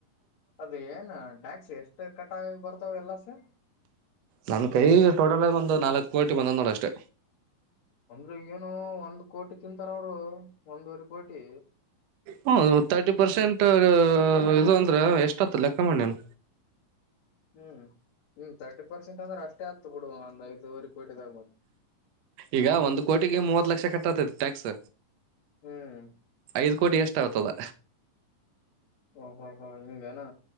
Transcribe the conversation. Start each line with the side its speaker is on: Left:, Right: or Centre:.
Left: ಅದ ಏನ್ ಟ್ಯಾಕ್ಸ್ ಎಷ್ಟ ಕಟ್ ಆಗ ಬರ್ತಾವ ಎಲ್ಲ ಸ
Right: ನನ್ ಕೈ ಟೋಟಲ್ ಆಗ ಒಂದು ನಾಲ್ಕು ಕೋಟಿ ಬಂದಂದ ನೋಡ ಅಷ್ಟೇ
Left: ಅಂದ್ರರು ಏನು ಒಂದ್ ಕೋಟಿ ತಿಂತಾರ ಅವರು ಒಂದವರೆ ಕೋಟಿ
Right: ಹ್ಮ ತರ್ಟಿ ಪರ್ಸೆಂಟ್ ಇದು ಅಂದ್ರೆ ಎಷ್ಟತ್ತು ಲೆಕ್ಕ ಮಣಿನು
Left: ಹ್ಮ್ ಹ್ಮ್ ತರ್ಟಿ ಪರ್ಸೆಂಟ್ ಅಂದ್ರೆ ಅಷ್ಟೇ ಆಗ್ತ ಬಿಡುುವ ಒಂದ್ ಐದುವರೆ ಕೋಟಿದಾಗ ಮ
Right: ಈಗ ಒಂದು್ ಕೋಟಿಗೆ ಮೂವತ್ ಲಕ್ಷ ಕಟ್ಟತತಿ ಟ್ಯಾಕ್ಸ್
Left: ಹ್ಮ್
Right: ಇದು್ ಕೋಟಿ ಎಷ್ಟ ಆಗ್ತದ
Left: ಓ ಹೋ ಹಾ ಹಿಂಗನಾ